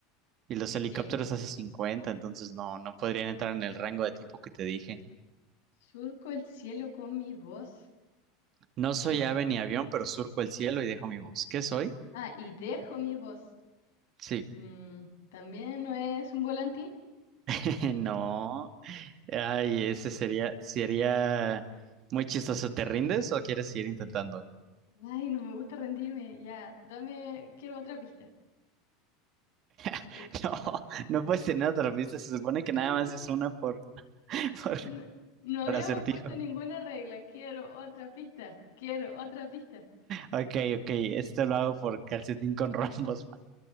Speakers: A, on the right; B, on the left.
A: y los helicópteros
B: Sí.
A: hace 50, entonces no, no podrían entrar en el rango de tiempo que te dije.
B: Surco el cielo con mi voz
A: No soy
B: y,
A: ave ni avión, pero surco el cielo y dejo mi voz. ¿Qué soy?
B: ah, y dejo mi voz.
A: Sí.
B: Mm, ¿también no es un volantín?
A: <laughs> No. Ay, ese sería, sería muy chistoso. ¿Te rindes o quieres seguir intentando?
B: Ay, no me gusta rendirme, ya, dame, quiero otra pista.
A: <laughs>
B: Eh,
A: No, no puedes tener otra pista. Se supone que
B: Sí,
A: nada más es una por, <laughs> por,
B: No, no
A: por
B: habíamos
A: acertijo.
B: puesto ninguna regla. Quiero otra pista. Quiero otra pista.
A: Ok, ok. Esto lo hago por calcetín con rombos, man.